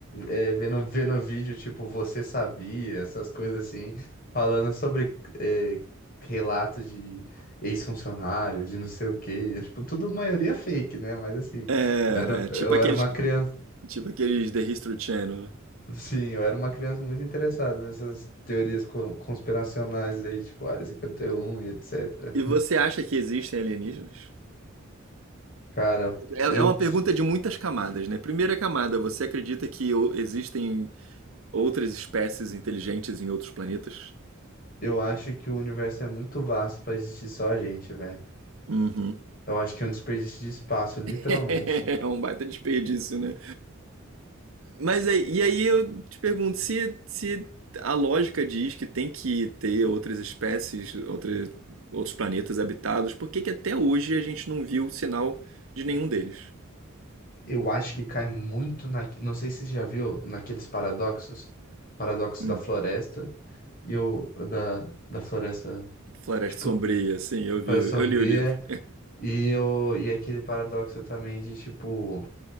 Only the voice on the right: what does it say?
é,
tipo aqueles,
tipo aqueles The History Channel, né?
E você acha que existem alienígenas?
É
é uma pergunta de muitas camadas, né? Primeira camada, você acredita que o- existem outras espécies inteligentes em outros planetas?
Uhum.
<laughs> É um baita desperdício, né? Mas aí, e aí eu te pergunto, se, se a lógica diz que tem que ter outras espécies, outras, outros planetas habitados, por que que até hoje a gente não viu sinal de nenhum deles?
Hum.
Floresta
Sombria, sim, eu vi,
eu
li o livro.